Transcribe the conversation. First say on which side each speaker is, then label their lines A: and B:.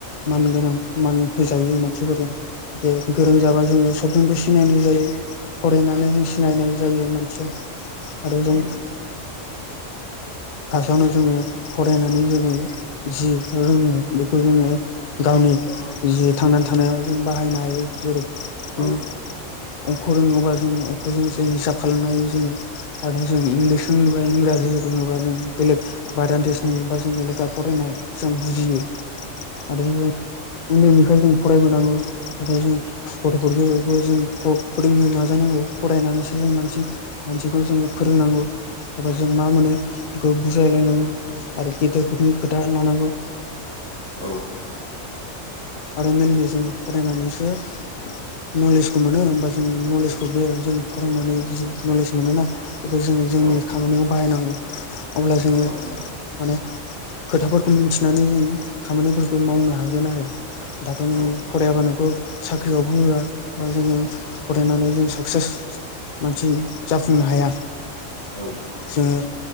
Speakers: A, on the left (about 50°); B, on the left (about 75°).
A: मान गोनां मान होजायो मानसि <unintelligible> जे गोरों जाबा जोङो सबजोंबो सिनायनाय जायो फरायनानै जों सिनायनाय जायो मानसिया आरो
B: उम
A: जों फास्टआवनो जोङो फरायनानै जोङो जि रोङो बेखौ जोङो गावनि जि थांनानै थानायाव जों बाहायनो हायो जेरै
B: औ।
A: जों अंख रोङोबा जों अंख जों हिसाब खालामनो हायो जोङो आरो जों इंलिस रोङोबा इंराजी रोङोबा जों बेलेग भादान देशनि बा जों लेखा फरायनाय जों बुजियो। आरो जों उन्दैनिफ्राय जों फरायबोनांगौ नाथाय जों गथ'फोरखौबो जों फ फोरोंनो नाजानांगौ फरायनानैसो जों मानसि मानसिखौ जों रोंनांगौ। एबा जों मा मोनो बेखौ बुजायलायनांगौ आरो गेदेरफोरनि खोथा लानांगौ।
B: औ
A: आरो मेनलि जों फरायनानैसो <inaudible> नलेजखौ मोनो होमबा जों नलेजखौ बे जों फरायनानै जि नलेज मोनोना बेखौ जों जोंनि
B: औ
A: खामानियाव बाहायनांगौ अब्ला जोङो
B: औ नंगौ
A: माने खोथाफोरखौ मिथिनानै जों खामानिफोरखौ मावनो हागोन आरो दाथ' नोङो
B: औ
A: फरायाबा नोंखौ साख्रियावबो होआ बा जोङो फरायनानै जों साक्सेस मानसि जाफुंनो हाया
B: औ
A: जोङो